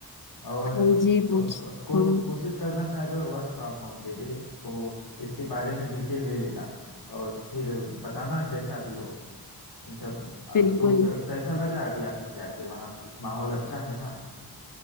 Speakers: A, on the left; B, on the left.
A: और
B: हाँ जी पूछ
A: को, को, को,
B: हम्म,
A: कोशिश करना शायद वर्क फ्रॉम होम दे दे तो इसके बारे में डिटेल ले लेना और फिर बताना जैसा भी हो इन सब
B: बिल्कुल
A: तो क, कैसा लग रहा है अभी ऑफिस जाके वहाँ कुछ माहौल अच्छा है ना